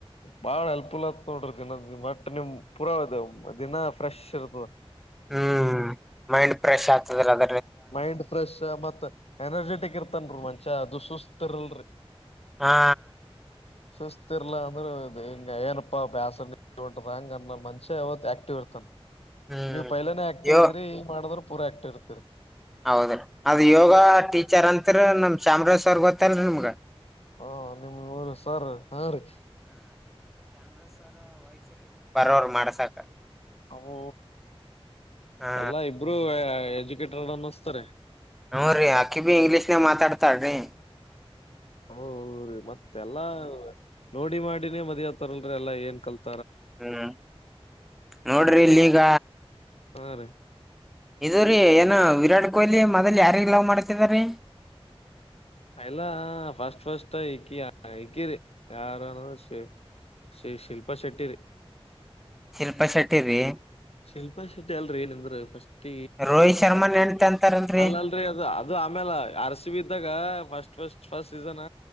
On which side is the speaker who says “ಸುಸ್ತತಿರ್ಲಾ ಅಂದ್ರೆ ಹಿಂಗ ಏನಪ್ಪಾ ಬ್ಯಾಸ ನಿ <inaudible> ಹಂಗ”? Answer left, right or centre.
Left